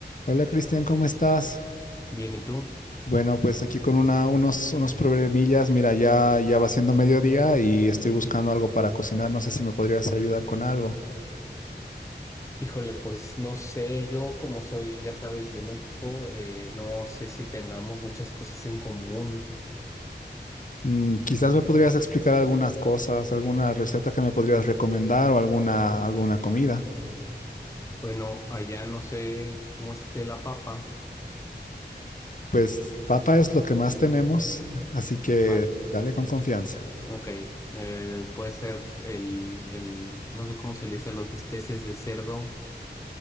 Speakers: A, on the left; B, on the left.
A: Hola Cristian, ¿cómo estás?
B: Bien, ¿y tú?
A: Bueno, pues aquí con una, unos, unos problemillas. Mira, ya, ya va siendo mediodía y estoy buscando algo para cocinar. No sé si me podrías ayudar con algo.
B: Híjole, pues no sé, yo como soy, ya sabes, de México, eh, no sé si tengamos muchas cosas en común.
A: Mm, quizás me podrías explicar algunas cosas, alguna receta que me podrías recomendar o alguna, alguna comida.
B: Bueno, allá no sé cómo esté la papa.
A: Pues papa es lo que más tenemos, así que
B: Vale,
A: dale con confianza.
B: ok. Eh, puede ser el, el, no sé cómo se le dice a los bisteces de cerdo,